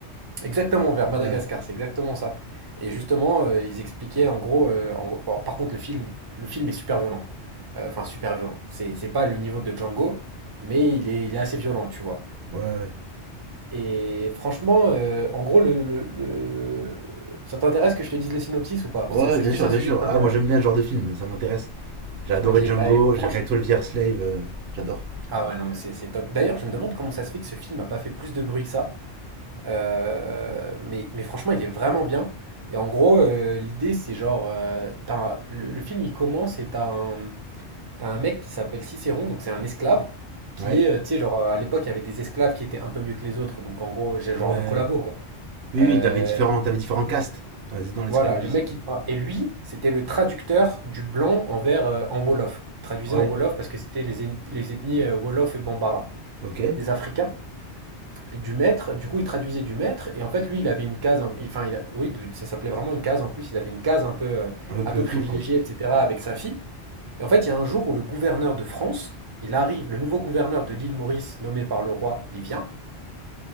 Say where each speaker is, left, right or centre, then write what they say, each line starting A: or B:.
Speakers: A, on the right; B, on the right.
A: Exactement, vers Madagascar,
B: Ouais,
A: c'est exactement ça. Et justement, euh, ils expliquaient en gros, euh, en gros- bon, par contre, le film, le film est super violent. Euh, Enfin, super violent. C'est, c'est pas le niveau de Django, mais il est, il est assez violent, tu vois.
B: ouais, ouais.
A: Et franchement, euh, en gros, le, le- le- ça t'intéresse que je te dise le synopsis ou pas?
B: Ouais,
A: C'est- c'est-
B: bien
A: Est-ce que
B: sûr,
A: c'est un
B: bien
A: sujet
B: sûr.
A: qui t'intéresse?
B: Ah, moi j'aime bien ce genre de film, ça m'intéresse. J'ai adoré
A: Ok,
B: Django,
A: bah franchement.
B: j'ai regardé 12 Years Slave, euh, j'adore.
A: Ah ouais, non, mais c'est c'est top. D'ailleurs, je me demande comment ça se fait que ce film n'a pas fait plus de bruit que ça. Euh, mais, mais franchement, il est vraiment bien. Et en gros, euh, l'idée, c'est genre, euh, t'as un- le, le film, il commence et t'as un, t'as un mec qui s'appelle Cicéron, donc c'est un esclave, qui
B: Ouais.
A: est, euh, tu sais, genre, euh, à l'époque, il y avait des esclaves qui étaient un peu mieux que les autres, donc en gros, j'ai
B: Ouais,
A: genre de collabo,
B: ouais.
A: quoi.
B: Oui,
A: Euh,
B: oui, t'avais différents, t'avais différents castes dans les- dans l'esclavagisme.
A: voilà, le mec, il... ah, et lui, c'était le traducteur du blanc envers, euh, en Wolof. Il traduisait
B: Ouais,
A: en Wolof parce que c'était les, eth- les ethnies euh, Wolof et Bambara,
B: ok.
A: les Africains. du maître, du coup, il traduisait du maître, et en fait, lui, il avait une case, il- enfin, il oui, ça s'appelait vraiment une case en plus, il avait une case un peu, euh,
B: Un peu plus
A: un peu
B: cool,
A: privilégiée,
B: quoi.
A: etc., avec sa fille. Et en fait, il y a un jour où le gouverneur de France, il arrive, le nouveau gouverneur de l'île Maurice, nommé par le roi, il vient,